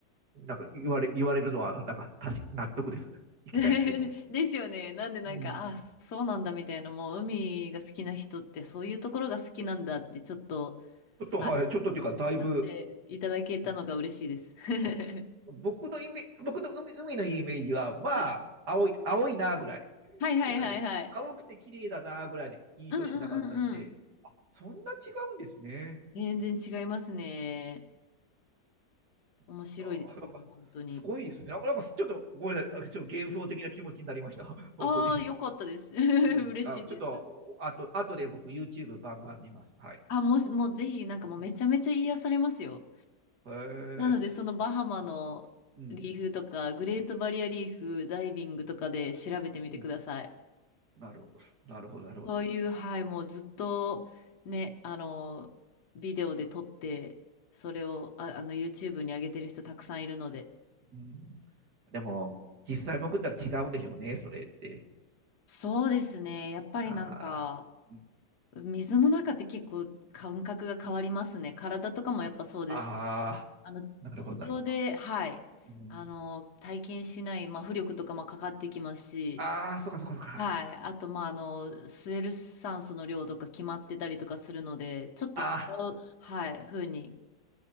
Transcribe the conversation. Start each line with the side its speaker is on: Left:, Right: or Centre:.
Right: なんか言われ、言われるのは、なんか、たし、納得です。行きたいっていうの。
Left: <laughs> ですよね。なんでなんか、
Right: うん。
Left: あ、そうなんだみたいな、もう海が好きな人ってそういうところが好きなんだってちょっと、
Right: ちょっと、
Left: はい、
Right: はい、ちょっとっていうか、だいぶ、
Left: 分かっていただけたのが嬉しいです。
Right: うん、
Left: <laughs>
Right: あ僕のイメ、僕の海、海のイメージは、まあ、
Left: はい
Right: 青い、青いなぐらい
Left: はいはいはいはい。
Right: ですかね。青くて綺麗だなぐらいの印象しかなかったんで、
Left: うんうんうんうん。
Right: そんな違うんですね。
Left: 全然違いますね。面白いですよ、
Right: <laughs> あーなんかすごいですね。
Left: 本当に。
Right: なんか、なんかちょっとごめんなさい、ちょっと幻想的な気持ちになりました。<laughs> 本当に。
Left: ああ、よかったです。<laughs> 嬉しいです。
Right: うん、あ、ちょっと、あと、あとで僕 YouTube バンバン見ます。はい。
Left: あ、もし、もうぜひ、なんかもうめちゃめちゃ癒されますよ。
Right: へえ。
Left: なので、そのバハマのリーフとか、
Right: うん。
Left: グレートバリアリーフ、ダイビングとかで調べてみてください。
Right: うん。なるほど。なるほど、なるほど。
Left: そういう、はい、もうずっとね、あの、ビデオで撮って、それを、あ、あの、YouTube に上げてる人たくさんいるので。
Right: うん。でも、実際潜ったら違うんでしょうね、それって。
Left: そうですね。やっぱりなんか、
Right: ああ。うん
Left: 水の中って結構感覚が変わりますね。体とかもやっぱそうです。
Right: ああ、
Left: あの、
Right: なるほど、
Left: 地上で、
Right: なるほど。
Left: はい、
Right: うん、
Left: あの、体験しない、まあ、浮力とかもかかってきますし、
Right: ああ、そっかそっかそっか。
Left: はい。あと、まあ、あの、スエル酸素の量とか決まってたりとかするので、ちょっと違う、
Right: ああ、
Left: はい、風に